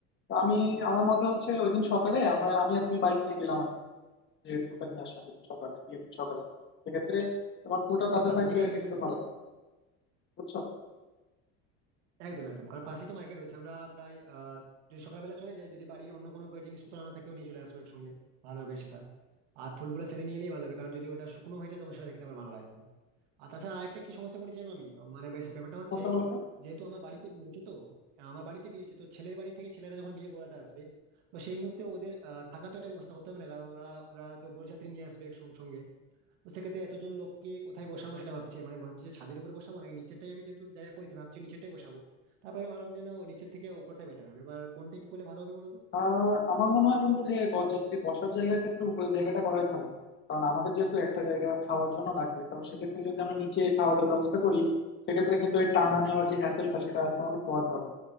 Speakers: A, on the left; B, on the right.
A: তো আমি আমার মতে হচ্ছে ওই দিন সকালে আমরা আমি আর তুমি বাইক নিয়ে গেলাম আর কি, যে ফুলটা নিয়ে আসলাম ওই দিন সকালে বিয়ের দিন সকালে সেক্ষেত্রে তোমার ফুলটা
B: হ্যাঁ
A: তাতে
B: পাশেই
A: থাকবে
B: মার্কেট
A: দেখতে
B: রয়েছে
A: ভালো লাগবে বুঝছো
B: একদম একদম কারণ পাশেই তো মার্কেট রয়েছে আমরা প্রায় আহ যদি সকালবেলা চলে যাই যদি বাড়ির অন্য কোনো জিনিসপত্র আনা থাকেও নিয়ে চলে আসবো একসঙ্গে ভালো হবে সেটা আর ফুলগুলো সেদিন নিয়ে এলেই ভালো হবে কারণ যদি ওটা শুকনো হয়ে যায় তখন সেটা দেখতে আবার ভালো লাগবে না আর তাছাড়া আরেকটা কি সমস্যা করেছি জানো আমি মানে বেশ ব্যাপারটা হচ্ছে
A: কোনটা বলো তো
B: যেহেতু আমার বাড়িতে বিয়ে হচ্ছে তো আমার বাড়িতে বিয়ে হচ্ছে তো ছেলের বাড়ি থেকে ছেলেরা যখন বিয়ে করাতে আসবে তো সেই মুহূর্তে ওদের আহ, থাকার তো একটা ব্যবস্থা করতে হবে না কারণ ওরা ওরা তো বরযাত্রী নিয়ে আসবে একসঙ্গে তো সেক্ষেত্রে এতজন লোককে কোথায় বসাবো সেটা ভাবছি মানে ভাবছি যে ছাদের উপরে বসাবো নাকি নিচেরটাই আমি যেহেতু জায়গা করেছি ভাবছি নিচেরটাই বসাবো তারপরে ভাবলাম যে না ও নিচের থেকে উপরটা বেটার হবে এবার কোনটা কি করলে ভালো হবে বলো তো
A: আর আমার মনে হয় বন্ধু যে বরযাত্রী বসার জায়গার ক্ষেত্রে উপরের জায়গাটা করাই ভালো কারণ আমাদের যেহেতু একটা জায়গা খাওয়ার জন্য লাগবে কারণ সেক্ষেত্রে যদি আমরা নিচে খাওয়া দাওয়ার ব্যবস্থা করি সেক্ষেত্রে কিন্তু ওই টানা
B: হুম
A: নেওয়ার যে হ্যাসেলটা সেটা আর তোমাকে পোহাতে হবে না